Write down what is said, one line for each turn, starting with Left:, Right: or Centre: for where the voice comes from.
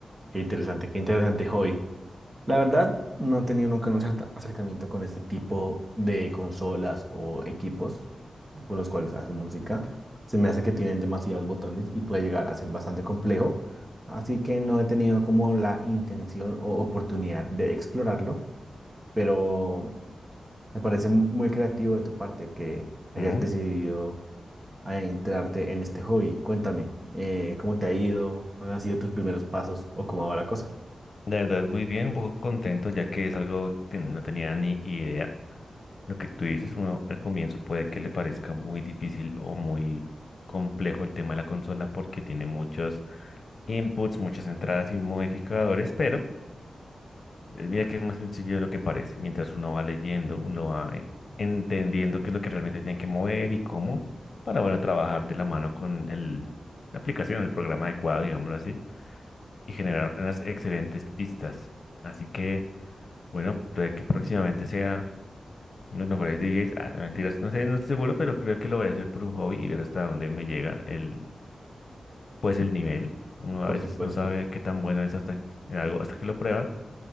Right: qué interesante, qué interesante hobby. La verdad, no he tenido nunca un acerca- acercamiento con este tipo de consolas o equipos con los cuales hacen música. Se me hace que tienen demasiados botones y puede llegar a ser bastante complejo. Así que no he tenido como la intención o oportunidad de explorarlo, pero me parece muy creativo de tu parte que hayas
Left: Mm,
Right: decidido a entrarte en este hobby. Cuéntame, eh, ¿cómo te ha ido? ¿Cuáles han sido tus primeros pasos o cómo va la cosa?
Left: La verdad, muy bien, un poco contento, ya que es algo que no tenía ni idea. Lo que tú dices, uno al comienzo puede que le parezca muy difícil o muy complejo el tema de la consola porque tiene muchos inputs, muchas entradas y modificadores, pero eh, mira que es más sencillo de lo que parece. Mientras uno va leyendo, uno va eh, entendiendo qué es lo que realmente tiene que mover y cómo para, bueno, trabajar de la mano con el, la aplicación, el programa adecuado, digámoslo así, y generar unas excelentes pistas. Así que, bueno, puede que próximamente sea los mejores DJs, ah, no, mentiras, no sé, no estoy seguro, pero creo que lo voy a hacer por un hobby y ver hasta dónde me llega el, pues el nivel. Uno
Right: Por
Left: a veces
Right: supuesto,
Left: no sabe qué tan bueno es hasta en algo hasta que lo prueba